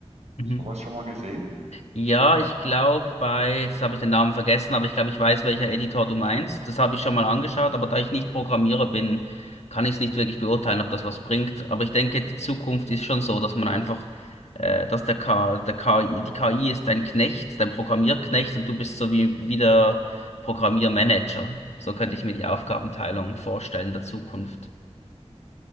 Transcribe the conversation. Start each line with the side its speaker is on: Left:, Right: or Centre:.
Left: Mhm.
Right: Sowas schon mal gesehen?
Left: Ja, ich glaube bei, jetzt habe ich den Namen vergessen, aber ich glaube, ich weiß, welcher Editor du meinst. Das habe ich schon mal angeschaut, aber da ich nicht Programmierer bin, kann ich es nicht wirklich beurteilen, ob das was bringt. Aber ich denke, die Zukunft ist schon so, dass man einfach, äh, dass der K, der KI, die KI ist dein Knecht, dein Programmierknecht und du bist so wie, wie der Programmiermanager. So könnte ich mir die Aufgabenteilung vorstellen der Zukunft.